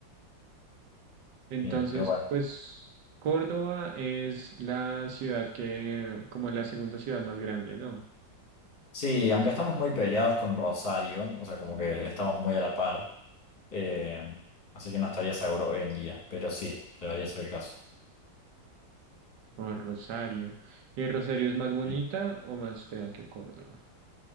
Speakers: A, on the left (about 35°); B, on the right (about 70°).
A: <laughs>
B: Entonces,
A: sí, pero bueno.
B: pues Córdoba es la ciudad que, como la segunda ciudad más grande, ¿no?
A: Sí, aunque estamos muy peleados con Rosario, o sea, como que estamos muy a la par, eh, así que no estaría seguro hoy en día, pero sí, debería ser el caso.
B: O Rosario. ¿Y Rosario es más bonita
A: Sí.
B: o más fea que Córdoba?